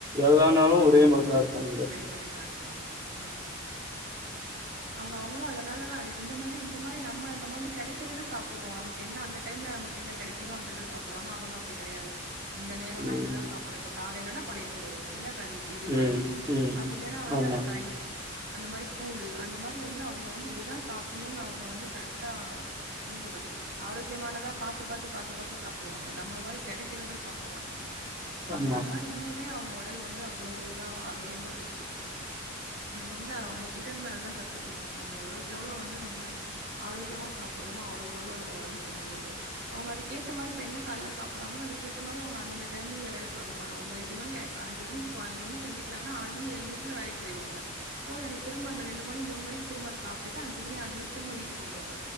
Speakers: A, on the right; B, on the right.
A: எல்லா நாளு
B: ம்.
A: ஒரே மாரிதா இருப்பாங்க
B: ஒரே மாரிதா இருக்கு ஆமா ஆ அவ்ங்க அவங்களு அதனாலதா இந்த மாரி இந்த மாரி நம்ம நம்ம வந்து கெடக்கிறத சாப்டுறோ நமக்கு என்ன அந்த டைம்ல நமக் தின்ன கெடைக்குதோ அந்ததித சாப் றோ ஆனா அவுங்க அப்டி கெடையாது இந்த நேரோன்னா
A: ம்
B: இதுதா சாப்பிடணு இப்ப காலைலனா பழைய சோறு இல்ல கஞ்சி இது கஞ்சி
A: ம் ம்
B: அப்டி இல்லன்னா வந்து
A: ஆமா
B: அந்த களி அந்த மாரி கூழு அந்த மாரி வந்து அவங்க வந்து இதுதா சாப்புட்ணூனு அவங்க வந்து கரெக்டா என்ன சொல்றது ஆரோக்கியமானதா பாத்து பாத்து பாத்து பாத்து சாப்டுவாங்க நம்மள மாரி கெடைக்கிறத சாப்ட மாட்டாங்க சோ
A: ஆமா
B: அதனாலதா இன்னுமே அவங்க ஒடல் வந்து அவ்வளோ இதாவ் ஆரோக்கியமா இருக்கு நம்ம வந்து அவங்ககிட்ட இருந்து அததா கத்துக்கணு நம்ம எவ்வளோக்கு எவ்வளோ வந்து நம்ம ஆரோக்கியமா சாப்புட்றமோ அவ்ளோக் கவ்ளோ நம்ம ஒடம்புக்கு நல்லது அவுங்க அதுக்கு ஏத்த மாரி இப்ப என்ன காலைல சாப்புட்றாங்களோ அதுக்கேத்த மாரி அவுங்க அந்தந்த டைமிங்ல வேல பாரும்பாங்க அவுங்க எட்டு மணிக்கய் அஞ்சு மணிக்கு இப்ப அஞ்சு மணிக்கு எந்திரி க்கிறாங்கனா ஆறு மணி ஏழு மணிக்குள்ள வேலைக் பொயிருவாங்க போய் அந்த திரும்ப அந்த ரெண்டு மணி மூணு மணிக் திரும்ப சாப்டுட்டு அஞ்சு மணி ஆறு மணிக் திரும்ப வீட்டுக்கு வந்துருவாங்க